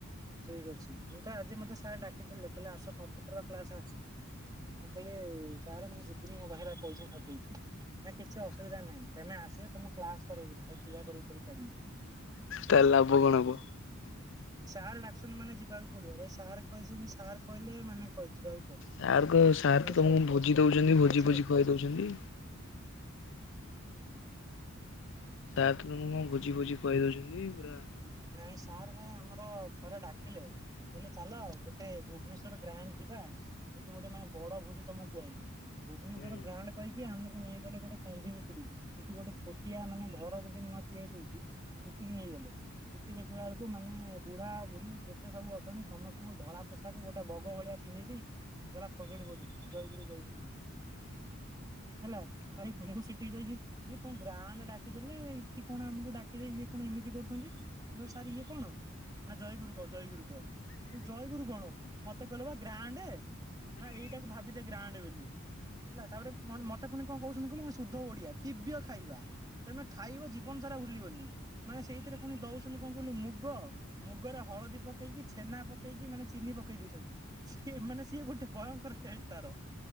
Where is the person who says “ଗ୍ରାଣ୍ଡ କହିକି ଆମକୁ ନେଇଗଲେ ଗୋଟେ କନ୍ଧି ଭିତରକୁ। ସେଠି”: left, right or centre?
Right